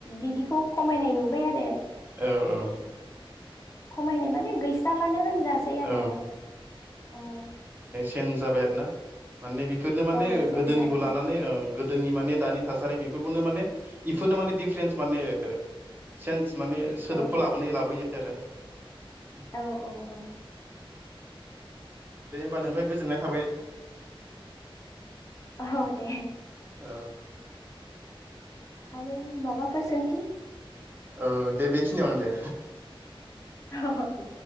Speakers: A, on the left (about 35°); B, on the right (about 20°).
A: बिदिखौ खमायनाय नुबाय आरो ।
B: औ औ।
A: खमायनाय माने गैस्रालानो होनजासै आरो
B: औ
A: औ ।
B: सेन जाबाय आरो ना माने बेफोरनो माने
A: औ चेन्ज
B: गोदोनिखौ
A: जाबाय
B: लानानै ओ गोदोनि माने दानि थासारि बेफोरखौनो माने इफोरनो माने दिफारेन्स माने सेन्स माने सोदोबखौ
A: औ
B: लाबोनो लाबोयै बे आरो <inaudible>
A: औ औ औ
B: दे होमबा नोंनिफाय गोजोन्नाय थाबाय
A: औ दे
B: औ
A: आरो माबाफोर सोंथि
B: औ दे बेखिनियावनो दे
A: अ अ दे